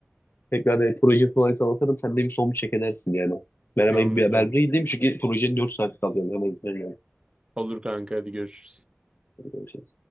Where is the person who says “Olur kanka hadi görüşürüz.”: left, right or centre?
Right